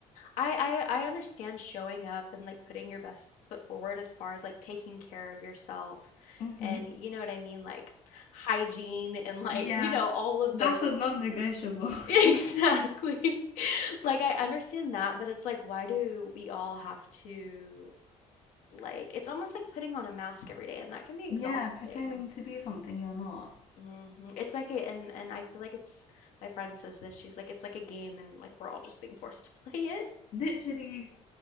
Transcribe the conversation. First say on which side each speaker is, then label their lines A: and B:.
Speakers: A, on the left (about 75°); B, on the left (about 55°).
A: I, I I understand showing up and like putting your best foot forward as far as like taking care of yourself
B: Mm-hmm.
A: and you know what I mean, like hygiene and like,
B: Yeah,
A: you know, all of
B: that's
A: those
B: a
A: things.
B: non
A: <laughs>
B: negotiable.
A: Exactly. <laughs> Like I understand that, but it's like why do we all have to like it's almost like putting on a mask every day and that can
B: <laughs>
A: be
B: yeah,
A: exhausting.
B: pretending to be something you're not.
A: hmm It's like a, and and I feel like it's my friend says this. She's like it's like a game and like we're all just being forced to play
B: Literally,